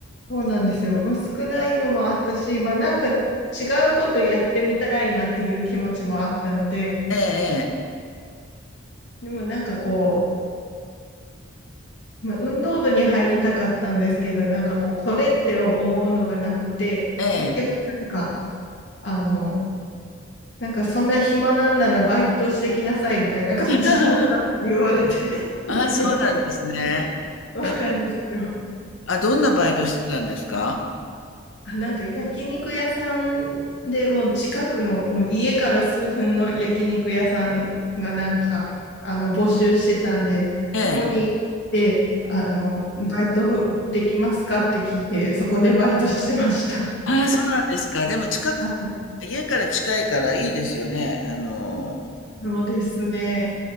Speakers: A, on the left; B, on the left.
A: そうなんですよ。まあ、少ないのもあったし、まあ、なんか違うことやってみたいなっていう気持ちもあったので、
B: ええ、
A: でもなんかこう、まあ、運動部に入りたかったんですけど、なんかこう、これって思うのがなくて、
B: ええ、
A: 結局なんか、
B: ええ。
A: あの、なんかそんな暇なんならバイトしてきなさいみたいな感じでお母さんに言われて
B: <laughs>
A: <laughs>
B: ああ、そうなんですね。
A: そうなんですよ。
B: えあ、どんなバイトしてたんですか
A: あなんか焼肉屋さんでもう近くのもう家から数分の焼肉屋さんがなんかあの募集してたんでそこに行ってあのバイトできますかって聞いてそこでバイトしてました。
B: ええ。ああ、
A: <laughs>
B: そうなんですか。でも近く、
A: はい
B: 家から近いからいいですよね。あの、
A: そうですね。